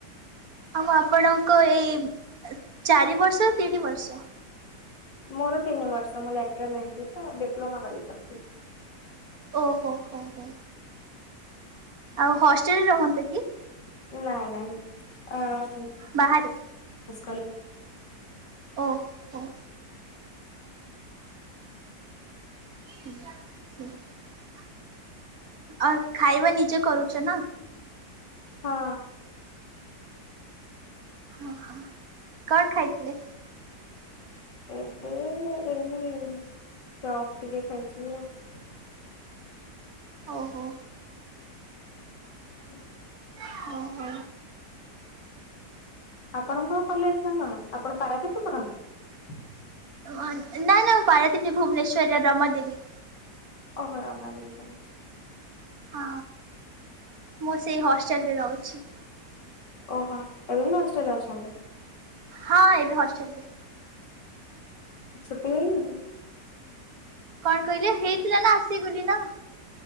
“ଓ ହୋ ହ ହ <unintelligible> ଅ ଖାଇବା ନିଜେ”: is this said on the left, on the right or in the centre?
Right